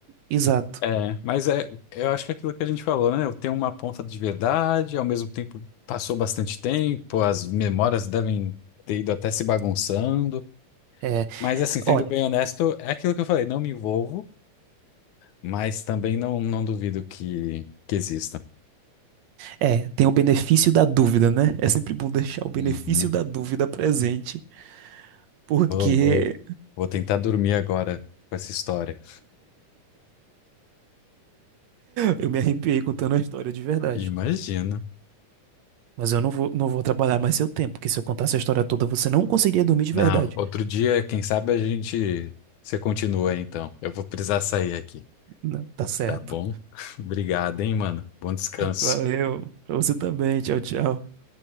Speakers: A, on the right; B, on the left.
A: Exato.
B: É, mas é, eu acho que é aquilo que a gente falou, né? Eu tenho uma ponta de verdade, ao mesmo tempo passou bastante tempo, as memórias devem ter ido até se bagunçando.
A: É,
B: Mas assim, sendo
A: olha,
B: bem honesto, é aquilo que eu falei, não me envolvo, mas também não, não duvido que, que exista.
A: é, tem o benefício da dúvida, né? É sempre bom deixar o benefício
B: Uhum.
A: da dúvida presente, porque
B: Vou, vou, vou tentar dormir agora com essa história.
A: eu me arrepiei contando a história de verdade.
B: Imagino.
A: Mas eu não vou, não vou atrapalhar mais seu tempo, porque se eu contar essa história toda, você não conseguiria dormir de
B: Na,
A: verdade.
B: outro dia, quem sabe a gente, você continua então. Eu vou precisar sair aqui.
A: Não, tá certo.
B: Tá bom? <laughs> Obrigado, hein, mano. Bom descanso.
A: Valeu. Pra você também. Tchau, tchau.